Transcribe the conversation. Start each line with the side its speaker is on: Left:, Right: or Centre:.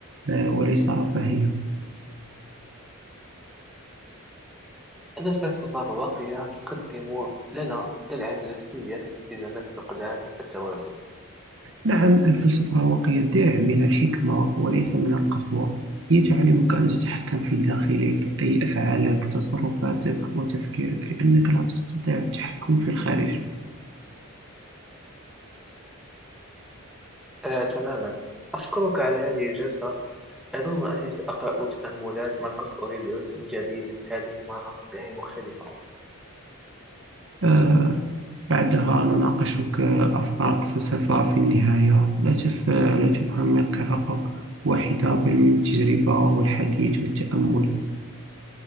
Right: آه، وليس رفاهية
Centre: أن الفلسفة الراقية تقدم لنا درعا نفسيا في زمن فقدان التوازن
Right: نعم الفلسفة الرواقية درع من الحكمة وليس من القسوة هي تعلمك أن تتحكم في داخلك أي أفعالك تصرفاتك وتفكيرك لأنك لا تستطيع التحكم في الخارج
Centre: أه تماما أشكرك على هذه الجلسة أظن أنني سأقرأ تأملات ماركوس أوريليوس من جديد هذه المرة بعين مختلفة
Right: آه، بعدها نناقشك أفكارك فلسفة في النهاية لا تف... لا تفهم القراءة واحدة بل من التجربة والحديث والتأمل